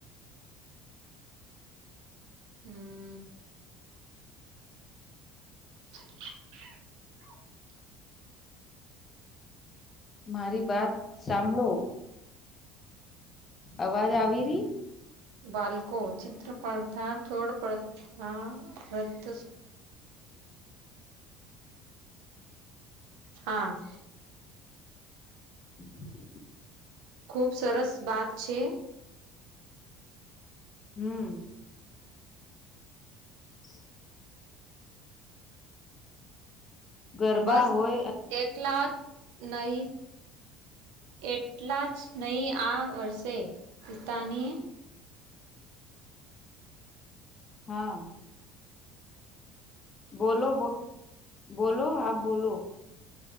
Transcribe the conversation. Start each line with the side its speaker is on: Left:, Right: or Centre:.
Right: હમ્મ. <inaudible>
Left: મારી બાત સાંભળો. અવાજ આવી રહી.
Right: બાળકો ચિત્ર પ્રથા, છોડપથા વત હા.
Left: <inaudible>
Right: ખુબ સરસ બાત છે.
Left: હમ્મ. <inaudible> ગરબા
Right: બસ
Left: હોય
Right: એકલા નહી. એટલા જ નહી આ વર્ષે. <unintelligible>
Left: હા. બોલો બો બોલો આપ બોલો.